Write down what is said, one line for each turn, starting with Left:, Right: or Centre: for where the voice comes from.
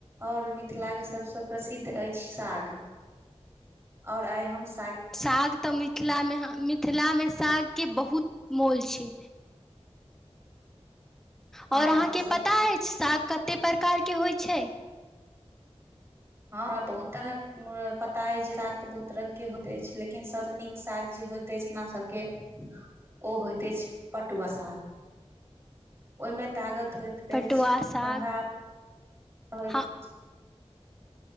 Right: और मिथिलाके सभसँ प्रसिद्ध अछि साग। और आइ हम स्-
Centre: साग तऽ मिथिलामे ह् मिथिलामे साग के बहुत मोल छै।
Right: हँ
Centre: आओर अहाँके
Right: हँ सब
Centre: पता अछि साग कत्ते प्रकारके होइ छै?
Right: हँ, हमरा बहुत तरहक अ पता अछि, जे साग तऽ बहुत रंगके होइत अछि, लेकिन सभसँ नीक साग जे होइत अछि अपना सबके, ओ होइत अछि पटुआ साग। ओहिमे तागत होइत अछि
Centre: पटुआ साग
Right: ठण्डा होइत
Centre: हँ
Right: <unintelligible>